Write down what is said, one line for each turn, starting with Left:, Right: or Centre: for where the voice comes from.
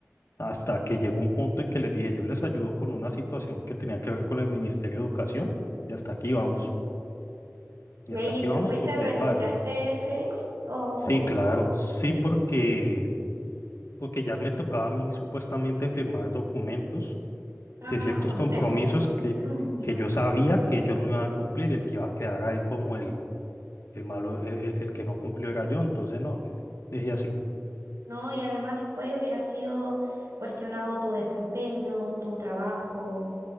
Left: hasta que llegó un punto en que les dije, yo les ayudo con una situación que tenía que ver con el Ministerio de Educación y hasta aquí vamos,
Right: Oh,
Left: y
Right: Leí,
Left: hasta aquí vamos
Right: ¿te fuiste,
Left: porque
Right: renunciaste,
Left: ahí para adelante.
Right: Freddy? O
Left: Sí, claro, sí,
Right: sí.
Left: porque porque ya me tocaba a mí supuestamente firmar documentos
Right: Ah,
Left: de ciertos
Right: complejo.
Left: compromisos que,
Right: <laughs>
Left: que yo sabía que ellos no iban a cumplir y el que iba a quedar ahí como el, el malo, el, el- el que no cumplió era yo. Entonces, no, dije así,
Right: No, y además después hubiera sido cuestionado tu desempeño, tu trabajo.